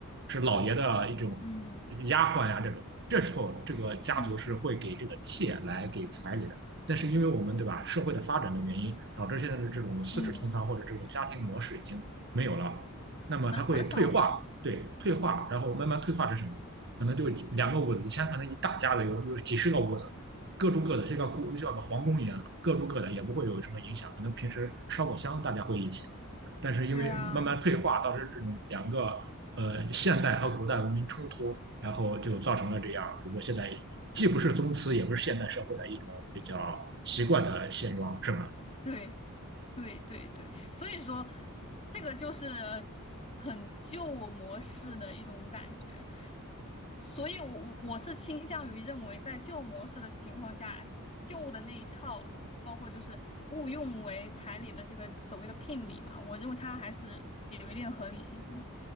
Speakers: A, on the right (about 50°); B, on the left (about 30°).
A: 是老爷的一种
B: 嗯
A: 丫鬟呀、这种。这时候这个家族是会给这个妾来给彩礼的。
B: 嗯嗯
A: 但是因为我们对吧，社会的发展的原因，导致现在的这种四世同堂或者这种家庭模式已经没有了。
B: 嗯，
A: 那么它会退化，
B: 很很少了已经，
A: 对，退化，然后慢慢退化成什么？
B: 对
A: 可能就两个屋子，以前可能一大家子有有几十个屋子，各住各的，这个故像个皇宫一样，各住各的，也不会有什么影响。可能平时烧烤香大家会一起，但是因为慢慢退化，
B: 对啊，
A: 导致这种两个呃现代和古代文明冲突，然后就造成了这样，比如说现在既不是宗祠，也不是现代社会的一种比较奇怪的现状，是吧？
B: 对。对对对，所以说这个就是很旧模式的一种感觉，所以我我我是倾向于认为，在旧模式的情况下，旧的那一套，包括就是误用为彩礼的这个所谓的聘礼嘛，我认为它还是有一定合理性的，